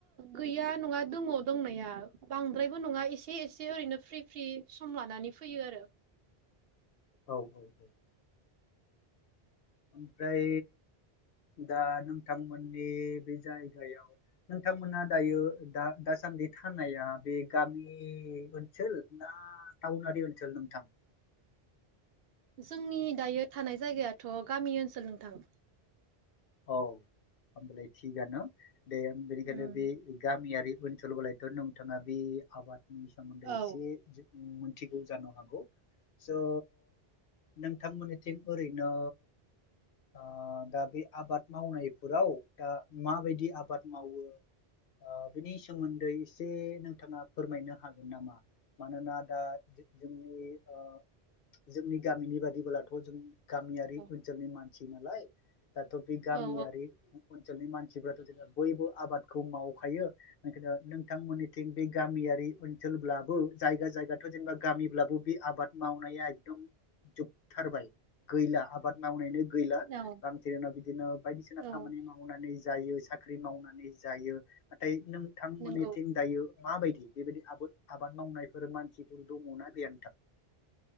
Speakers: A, on the right (about 70°); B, on the left (about 65°).
A: गैया नङा दङ दंनाया बांद्रायबो नङा एसे एसे ओरैनो फ्रि फ्रि सम लानानै फैयो आरो
B: औ औ औ ओमफ्राय दा नोंथांमोननि बे जायगायाव नोंथांमोना दायो दा दासान्दि थानाया बे गामि ओनसोल ना थावनारि ओन्सोल नोंथां?
A: जोंनि दायो थानाय जायगायाथ गामि ओनसोल नोंथां।
B: औ होमबालाय थिगानो दे बेनिखायनो
A: उम
B: बे गामियारि ओनसोलबालाय थ' नोंथाङा बे आबादनि सोमोन्दै
A: औ
B: एसे मोनथिगौ जानो हागौ। स' नोंथांमोननिथिं ओरैनो ओ दा बे आबाद मावनायफोराव दा माबायदि आबाद मावो ओ बिनि सोमोन्दै एसे नोंथाङा फोरमायनो हागोन नामा? मानोना दा जोंनि ओ जोंनि गामिनि बादिबोलाथ' जों गामियारि
A: औ
B: ओनसोलनि मानसि नालाय दाथ' बे गामियारि
A: औ
B: ओनसोलनि मानसिफ्राथ' जेन बयबो आबादखौ मावखायो बेखायनो नोंथांमोननिथिं बे गामियारि ओनसोलब्लाबो जायगा जायगाथ' जेनेबा गामिब्लाबो बे आबाद मावनाया एकदम जोबथारबाय गैला आबाद मावनायनायनि गैला
A: औ
B: बिदिनो बायदिसिना खामानि
A: औ
B: मावनानै जायो साख्रि मावनानै जायो नाथाय नोंथां थां मोननिथिं
A: नंगौ
B: दायो माबायदि बेबायदि आबोद आबाद मावनायफोर मानसिफोर दंङ ना गैया नोंथां?